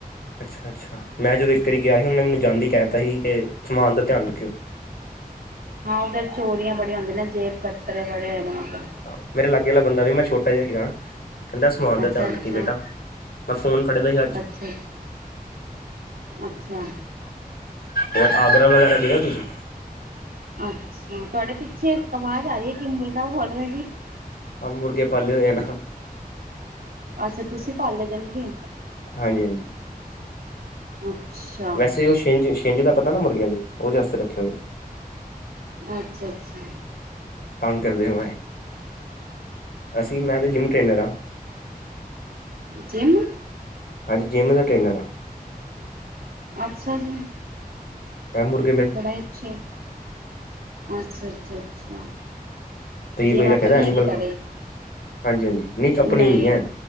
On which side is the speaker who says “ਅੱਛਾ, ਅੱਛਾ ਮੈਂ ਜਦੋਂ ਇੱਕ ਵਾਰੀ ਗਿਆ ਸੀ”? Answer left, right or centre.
Left